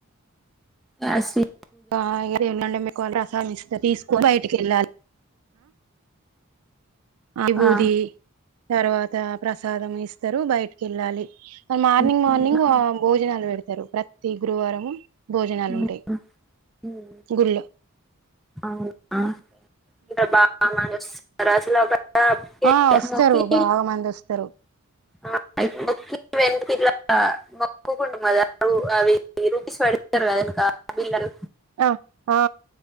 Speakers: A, in the centre; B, on the right.
A: పాస్టరీ
B: ఆ ఎల్లుండి మీకు ప్రసాదమిస్ తా తీసుకు బయటి వెళ్ళాలి విబూది
A: ఆ,
B: తర్వాత ప్రసాదం ఇస్తారు బయటికి వెళ్ళాలి ఆ మార్నింగ్
A: ఉమ్,
B: మార్నింగ్ భోజనాలు పెడతారు ప్రతి గురువారము భోజనాలు
A: ఉమ్,
B: ఉంటాయి
A: ఉమ్
B: గుళ్ళో
A: అవునా ఇగ బామడోస్ రాజులాగా <unintelligible>
B: ఆ వస్తారు
A: మొక్కి
B: బాగా మంది వస్తారు
A: ఆ మొక్కి <unintelligible> కు కుండి మాద అవి రూపీస్ పెడాతారు కదా ఇంకా బిల్లలు
B: ఆ ఆ